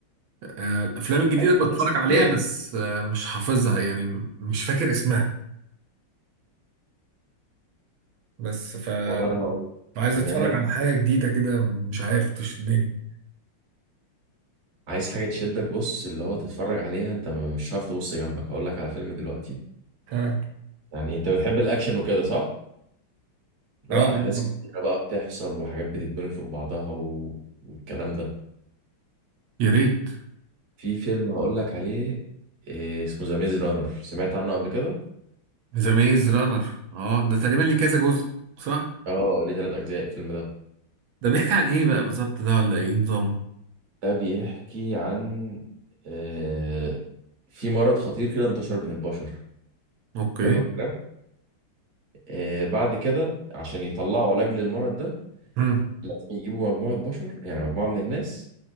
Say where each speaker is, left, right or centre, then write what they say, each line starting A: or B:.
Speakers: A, on the right; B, on the right.
A: الافلام الجديده
B: حاجه
A: بتفرج
B: اساسيات
A: عليها بس آه، مش حافظها يعني مش فاكر اسمها بس ف
B: طب انا هقول لك
A: عايز
B: بما
A: اتفرج
B: انك
A: على حاجه جديده كده مش عارف تشدني
B: عايز حاجه تشدك بص اللي هو تتفرج عليها انت م- مش هتعرف تبص جنبك هقول لك على فيلم دلوقتي
A: ها
B: يعني انت بتحب الاكشن وكده صح اللي
A: اه
B: هو
A: آه.
B: احداث كتيره بقى بتحصل وحاجات بتتبني فوق بعضها و... والكلام ده
A: يا ريت
B: في فيلم هقول لك عليه إيه اسمه ذا ميز رانر سمعت عنه قبل كده
A: ذا ميز رانر اه ده تقريبا ليه كذا جزء صح
B: اه ليه ثلاث اجزاء الفيلم ده
A: ده بيحكي عن ايه بقى بالظبط ده ولا ايه نظام
B: ده بيحكي عن آه، في مرض خطير كده انتشر بين البشر
A: اوكي
B: حلو الكلام آه، بعد كده عشان يطلعوا علاج للمرض ده
A: مم.
B: لازم يجيبوا مجموعة بشر يعني مجموعة من الناس